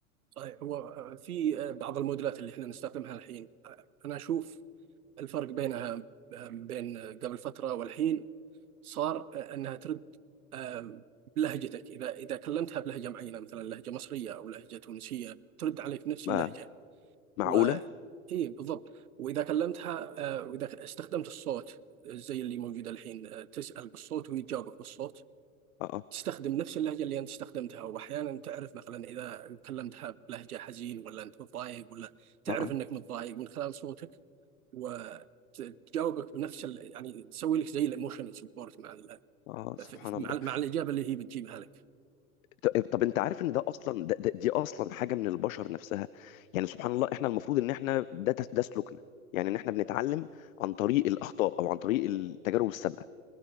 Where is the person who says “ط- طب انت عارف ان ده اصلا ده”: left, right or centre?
Left